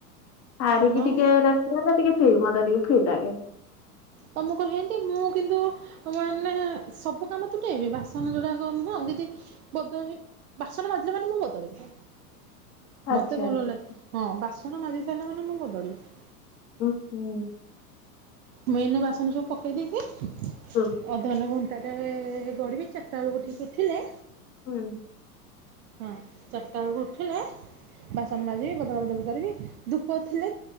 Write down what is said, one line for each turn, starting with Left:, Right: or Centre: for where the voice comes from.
Left: ସାରିକି
Right: ହଁ
Left: ଟିକେ ରଖିଦେଲେ ଟିକେ ଫ୍ରୀ ମତେ ଟିକେ ଫ୍ରି ଲାଗେ।
Right: ତମକୁ ହେନ୍ତି ମୁଁ କିନ୍ତୁ ତ ମାନେ ସବୁ କାମ ତୁଟେଇବି ବାସନ ଯୋଡ଼ାକ ନୁହଁ ଦିଦି ବଦଳି ବାସନ ମାଜିଲେ ମାନେ ମୁଁ ବଦଳିବି
Left: ଆଚ୍ଛା
Right: ମତେ ଭଲ
Left: ଆଚ୍ଛା
Right: ଲାଗେ ହଁ ବାସନ ମାଜି ସାରିଲା ମାନେ ମୁଁ ବଦଳିବି
Left: ଓ ହୋ
Right: ମୁଁ ଏଇନା ବାସନ ସବୁ ପକେଇ ଦେଇକି
Left: ହୁଁ
Right: ଅଧାନ ଘଣ୍ଟାଟେ ଗଡ଼ିବି ଚାରିଟା ବେଳକୁ ଉଠିଲେ
Left: ହୁଁ
Right: ହଁ ଚାରିଟା ବେଳକୁ ଉଠିଲେ ବାସନ ମାଜିବି ବଦଳା ବଦଳି କରିବି ଧୂପ ଥିଲେ